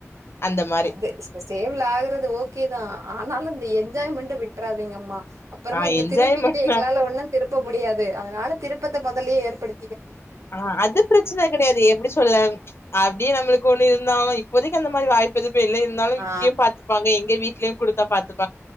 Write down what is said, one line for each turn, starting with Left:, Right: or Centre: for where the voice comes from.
Left: அந்த மாரி
Right: அது ஸ் ஸ் ஸ்டேபிள் ஆகறது ஓகேதா ஆனாலு இது என்ஜாய்மெண்ட விட்றாதீங்கம்மா அப்பறமா
Left: ஆ
Right: இங்க
Left: என்ஜாய்மெண்ட்
Right: திருப்பிக்கிட்டு எங்களால ஒன்னு திரு ப்போ முடியாது அதனால திருப்பத்த மொதல்லயே ஏற்படு
Left: ஆ அது பிரச்சன கெடையாது எப்டி சொல்ல அப்டியே நம்மளுக்கு ஒண்ணு னாலு இப்போதைக்கி அந்த மாரி வாய்ப்பு எது ப்ப இல்ல இருந்தாலு இங்கயு
Right: ஆ
Left: பாத்துப்பாங்க எங்க வீ ட்லயு குடுத்தா பாத்து